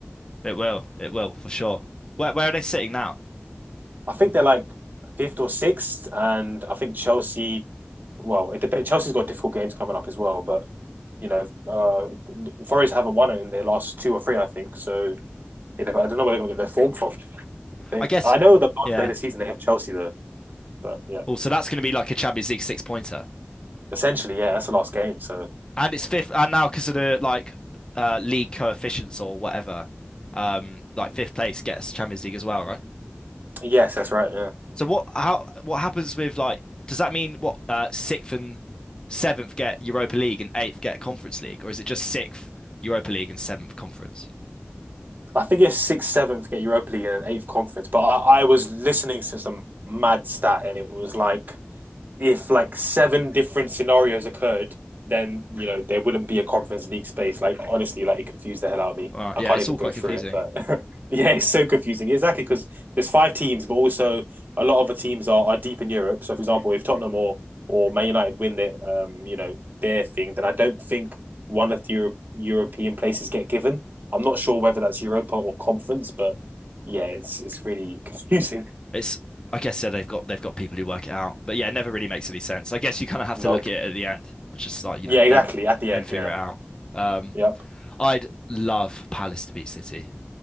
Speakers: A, on the left; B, on the right.
A: it will. It will for sure. Where where are they sitting now?
B: I think they're like fifth or sixth, and I think Chelsea. Well, it depends. Chelsea's got difficult games coming up as well, but you know, uh, Forest haven't won it in their last two or three, I think. So I don't know where they're going to get their form from. I think
A: I guess.
B: I know the
A: Yeah.
B: last day of the season they have Chelsea there, but yeah,
A: Oh, so that's going to be like a Champions League six pointer.
B: essentially, yeah, that's the last game. So
A: and it's fifth, and now because of the like uh, league coefficients or whatever, um, like fifth place gets Champions League as well, right?
B: yes, that's right. Yeah,
A: So what how what happens with like does that mean what uh, sixth and seventh get Europa League and eighth get Conference League, or is it just sixth Europa League and seventh Conference?
B: I think it's sixth, seventh get Europa League and eighth conference. But I, I was listening to some mad stat, and it was like if like seven different scenarios occurred, then you know there wouldn't be a conference league space. Like honestly, like it confused the hell out of me.
A: Uh,
B: I
A: yeah,
B: can't
A: it's
B: even
A: all
B: go
A: quite
B: through
A: confusing.
B: it, but <laughs> yeah, it's so confusing. Exactly because there's five teams, but also a lot of the teams are, are deep in Europe. So for example, if Tottenham or or Man United win their um you know their thing, then I don't think one of the Euro- European places get given. I'm not sure whether that's Europa or conference, but yeah, it's it's really <laughs> confusing.
A: It's I guess yeah, they've got they've got people who work it out, but yeah, it never really makes any sense. I guess you kind of have
B: Nope.
A: to look at it at the end. It's just like you
B: Yeah,
A: know
B: exactly.
A: then
B: At the
A: then
B: end,
A: figure
B: yeah,
A: it out. Um,
B: yep,
A: I'd love Palace to beat City.